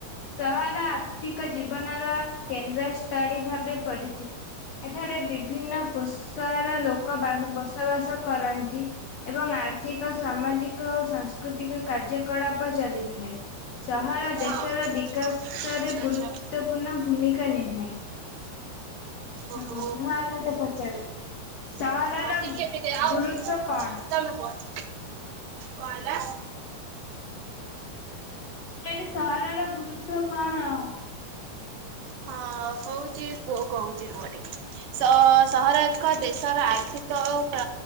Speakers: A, on the left; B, on the right.
A: ସହର ଆଧୁନିକ ଜୀବନର କେନ୍ଦ୍ର ସ୍ଥଳୀ ଭାବେ ପରିଚି- ଏଠାରେ ବିଭିନ୍ନ ପୋଷର ଲୋକ ବାହୁ ବସବାସ କରନ୍ତି। ଏବଂ ଆର୍ଥିକ ସାମାଜିକ ଓ ସାଂସ୍କୃତିକ କାର୍ଯ୍ୟକଳାପ ଚାଲିଥାଏ। ସହର
B: ହଁ
A: ଦେଶର ଦିକ୍ କାଶରେ
B: ଆଚ୍ଛା ଆଚ୍ଛା
A: ଗୁରୁତ୍ୱପୂର୍ଣ୍ଣ ଭୂମିକା ନିଭାଏ।
B: ଓହୋ
A: ହୁଁ ମୁଁ ଆଉ ଗୋଟେ ପଚାରୁଚି ସହରର
B: ହଁ ଟିକେ
A: ଗୁରୁତ୍ୱ
B: ଟିକେ ଆଉ
A: କଣ? ମୁଁ
B: ତମେ ପଚ୍ କଣ ହେଲା?
A: ମୁଁ କଇଲି ସହରର ଗୁରୁତ୍ଵ କଣ?
B: ହଁ ହଉଚି ପୁଅ କହୁଚି ରୁହ ଟିକେ। ସଅ ସହର ଏକ ଦେଶର ଆର୍ଥିକ ଓ ପ୍ର